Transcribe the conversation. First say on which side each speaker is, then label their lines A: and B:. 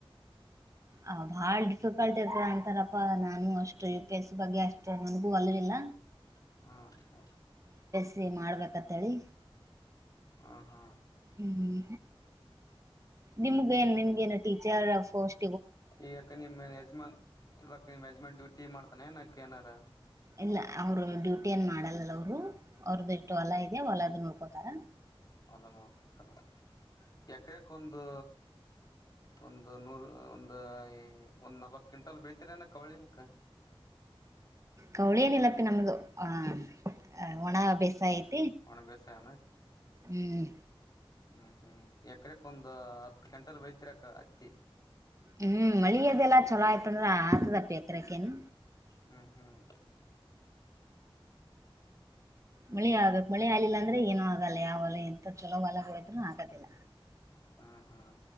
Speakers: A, on the right; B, on the left.
A: ಆ ಬಾಳ ಡಿಫಿಕಲ್ಟ್ ಇರ್ತರ ಅಂತಾರಪ್ಪಾ ನಾನು ಅಷ್ಟು ವಿ ಪಸ್ ಬಗ್ಗೆ ಅಷ್ಟು ನನಗೂ ಹೊಲವಿಲ್ಲ
B: ಹ್ಮ್
A: ಸೇ ಮಾಡ್ಬೇಕತ್ತಳಿ
B: ಹ ಹಾ
A: ಹ್ಮ್ ನಿಮ್ಗ ನ್ ನಿಮ್ಗ ನು ಟೀಚರ್ ಫೋಸ್
B: ಈ ಯಾಕ ನಿಮ್ಮ ಯಜಮಾನ್ ಇಲ್ಲಾ ಯಜಮಾನ್ ಡ್ಯೂಟಿ ಮಾಡ್ತ ನೇನಕ್ಕ ಏನಾರ
A: ಇಲ್ಲ ಅವರು ಡ್ಯೂಟಿಯ ಏನು ಮಾಡಲ್ಲಲ್ಲ ಅವರು ಅವ್ರದ್ದ ಇಟ್ಟು ಅಲ್ಲ ಇದೆಯ ಹೊಲದ್ ನೋಡ್ ನೋಡ್ಕೋತರ
B: ಓಲಾ ನೋಡ್ಕೋತರ ಒಂದು ಒಂದು ನೂರ ಒಂದು ಒಂದ್ ನಲವತ್ ಕ್ವಿಂಟಲ್ ಬೆಳತರಿ ಏನ ಕವಳಿಕ
A: ಕೌಳಿ ಏನಲಪ್ಪಿ ನಮ್ದು ಆಹ ಒಣ
B: ಹ್ಮ್
A: ಬೇಸಾಯ ಐತ
B: ಒಣ ಬೇಸಾಯ
A: ಹ್ಮ್
B: ಹ್ಮ್ ಹ್ಮ್ ಎಕ್ರಕ ಒಂದ್ ಹತ್ತು ಕ್ವಿಂಟಲ್ ಬೆಳತಿರಕ್ಕ ಹತ್ತಿ
A: ಹ್ಮ್ ಮಳಿ ಅದೆಲ್ಲ ಛಲೋ ಆಯ ತಂದ್ರ ಆತದಪ್ಪಿ ಎಕ್ರಕ್ಕ ನು
B: ಹ್ಮ್ ಹ್ಮ್
A: ಮಳೆ ಆಗ್ಬೇಕು ಮಳೆ ಆಲಿಲಾ ಅಂದ್ರೆ ಏನ ಆಗಲ್ಲ ಯಾವಲ್ಲ ಎಂತ ಚೊಲೋ ಹೊಲಗಳಿದ್ರು ಆಗದಿಲ್ಲ
B: ಹ್ಮ್ ಹ್ಮ್